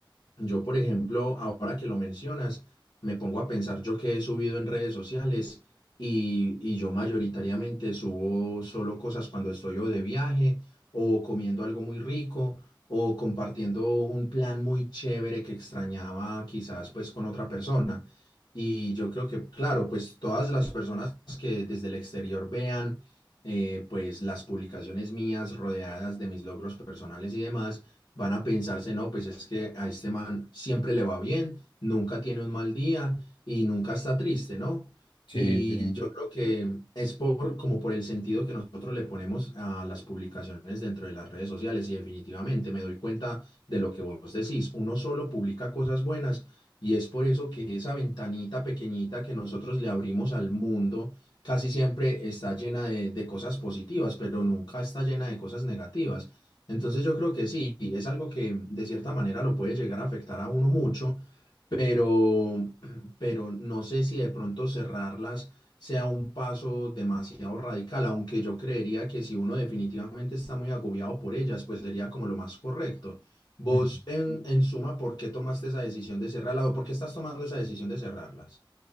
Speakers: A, on the left; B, on the left.
A: yo, por ejemplo, ahora que lo mencionas, me pongo a pensar yo que he subido en redes sociales y, y yo mayoritariamente subo solo cosas cuando estoy o de viaje o comiendo algo muy rico o compartiendo un plan muy chévere que extrañaba quizás pues con otra persona. Y yo creo que, claro, pues todas las personas que desde el exterior vean eh, pues las publicaciones mías rodeadas de mis logros personales y demás van a pensarse, no, pues es que a este man siempre le va bien, nunca tiene un mal día y nunca está triste, ¿no?
B: Sí,
A: Y
B: sí.
A: yo creo que es por, como por el sentido que nosotros le ponemos a las publicaciones dentro de las redes sociales y definitivamente me doy cuenta de lo que vos decís, uno solo publica cosas buenas y es por eso que esa ventanita pequeñita que nosotros le abrimos al mundo casi siempre está llena de, de cosas positivas, pero nunca está llena de cosas negativas. Entonces yo creo que sí, es algo que de cierta manera lo puede llegar a afectar a uno mucho, pero, <clears throat> pero no sé si de pronto cerrarlas sea un paso demasiado radical, aunque yo creería que si uno definitivamente está muy agobiado por ellas, pues sería como lo más correcto. Vos,
B: Mm.
A: en, en suma, ¿por qué tomaste esa decisión de cerrarlas o por qué estás tomando esa decisión de cerrarlas?